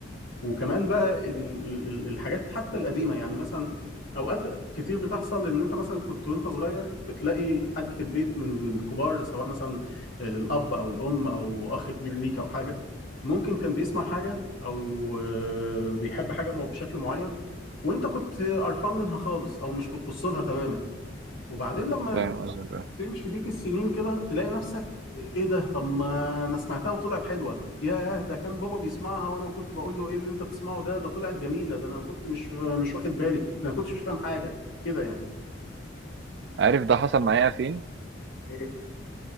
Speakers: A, on the left (about 80°); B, on the right (about 60°).
A: وكمان بقى ال- ال- الحاجات حتى القديمة يعني مثلا أوقات كتير بتحصل إن أنت مثلا كنت وأنت صغير بتلاقي حد في البيت من الكبار سواء مثلا الأب أو الأم أو أخ كبير ليك أو حاجة ممكن كان بيسمع حاجة أو آه، بيحب حاجة مو- بشكل معين وأنت كنت قرفان منها خالص أو مش بتبص لها تماما وبعدين لما
B: فاهم قصدك آه.
A: تمشي بيك السنين كده تلاقي نفسك ايه ده طب ما انا سمعتها وطلعت حلوه ياه ده كان بابا بيسمعها وانا كنت بقول له ايه اللي انت بتسمعه ده ده طلعت جميله ده انا كنت مش مش واخد بالي ده انا كنتش مش فاهم حاجه كده يعني
B: عارف ده حصل معايا فين؟
A: ايه